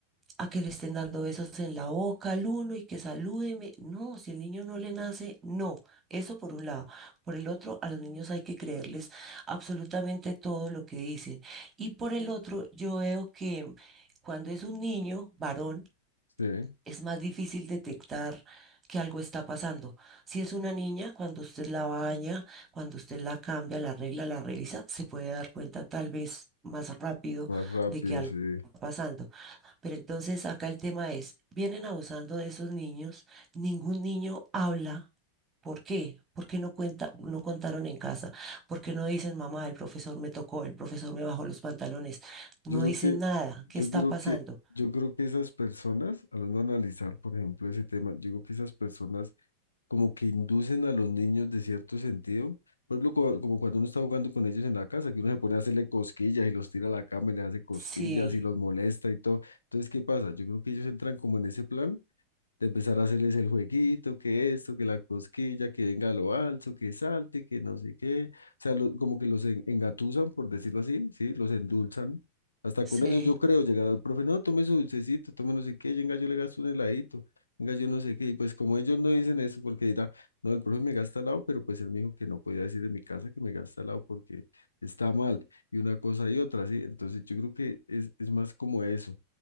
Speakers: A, on the right; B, on the left.
A: a que le estén dando besos en la boca al uno y que salúdeme. No, si el niño no le nace, no. Eso por un lado. Por el otro, a los niños hay que creerles absolutamente todo lo que dicen. Y por el otro, yo veo que cuando es un niño varón,
B: sí,
A: es más difícil detectar que algo está pasando. Si es una niña, cuando usted la baña, cuando usted la cambia, la arregla, la revisa, se puede dar cuenta tal vez más rápido
B: más rápido,
A: de que algo
B: sí.
A: está pasando. Pero entonces acá el tema es, vienen abusando de esos niños, ningún niño habla. ¿Por qué? ¿Por qué no cuenta, no contaron en casa? ¿Por qué no dicen, mamá, el profesor me tocó, el profesor me bajó los pantalones?
B: Yo
A: No
B: creo
A: dicen
B: que,
A: nada. ¿Qué
B: yo
A: está
B: creo
A: pasando?
B: que, yo creo que esas personas, al uno analizar, por ejemplo, ese tema, yo creo que esas personas como que inducen a los niños de cierto sentido. Por ejemplo, cua- como cuando uno está jugando con ellos en la casa, que uno se pone a hacerle cosquillas y los tira a la cama y le hace cosquillas
A: Sí,
B: y los molesta y todo. Entonces, ¿qué pasa? Yo creo que ellos entran como en ese plan de empezar a hacerles el jueguito, que esto, que la cosquilla, que venga lo alto, que salte, que no sé qué. O sea, lo- como que los en- engatusan, por decirlo así, ¿sí? Los endulzan. Hasta
A: sí.
B: con eso yo creo llegar al profe, no, tome su dulcecito, tome no sé qué, venga, yo le gasto un heladito, venga, yo no sé qué. Y pues como ellos no dicen eso, porque dirán, no, el profe me gasta helado, pero pues él me dijo que no podía decir en mi casa que me gasta helado porque está mal, y una cosa y otra, ¿sí? Entonces yo creo que es, es más como eso